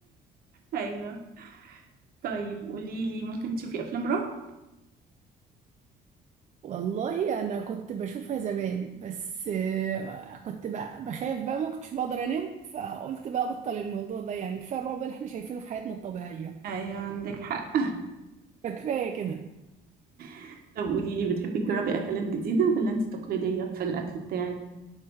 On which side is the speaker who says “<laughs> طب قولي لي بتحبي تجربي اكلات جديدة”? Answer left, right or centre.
Right